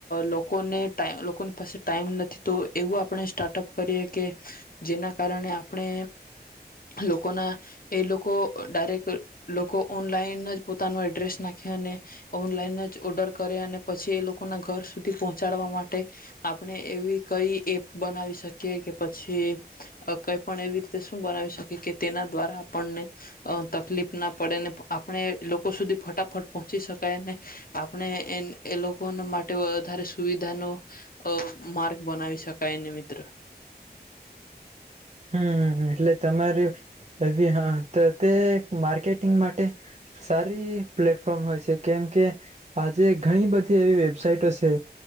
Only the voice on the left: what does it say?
લોકોને ટ લોકોની પાસે ટાઈમ નથી તો એવું આપણે સ્ટાર્ટઅપ કરીએ કે જેના કારણે આપણે લોકોના એ લોકો ડાયરેક્ટ લોકો ઓનલાઈન જ પોતાનો એડ્રેસ નાખે અને ઓનલાઈન જ ઓર્ડર કરે અને પછી એ લોકોના ઘર સુધી પહોંચાડવા માટે આપણે એવી કઈ એપ બનાવી શકીએ કે પછી કઈ પણ એવી રીતે શું બનાવી શકીએ કે તેના દ્વારા આપણને અ તકલીફ ના પડે ને આપણે લોકો સુધી ફટાફટ પહોંચી શકાયને આપણે એ એ લોકો માટે વધારે સુવિધાનો માર્ગ બનાવી શકાયને મિત્ર.